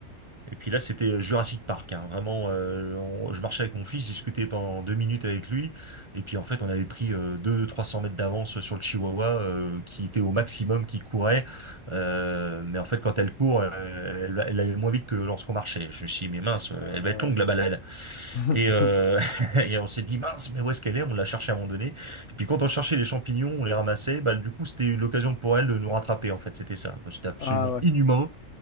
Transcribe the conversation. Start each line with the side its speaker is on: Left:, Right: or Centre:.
Right: Et puis là, c'était euh, Jurassic Park, hein. Vraiment, euh, on- je marchais avec mon fils, je discutais pendant deux minutes avec lui, et puis en fait, on avait pris euh, deux, 300 mètres d'avance sur le Chihuahua, euh, qui était au maximum, qui courait, Euh, mais en fait, quand elle court, euh, elle, va- elle allait moins vite que lorsqu'on marchait. Je me suis dit, mais mince, euh,
Left: Ah,
Right: elle
Left: ouais,
Right: va être longue
Left: ouais.
Right: la balade.
Left: <laughs>
Right: Et, euh, <laughs> et on s'est dit, mince, mais où est-ce qu'elle est? On l'a cherchée à un moment donné. Et puis quand on cherchait les champignons, on les ramassait, bah, du coup, c'était l'occasion pour elle de nous rattraper, en fait, c'était ça. C'était absolument
Left: Ah ouais.
Right: inhumain.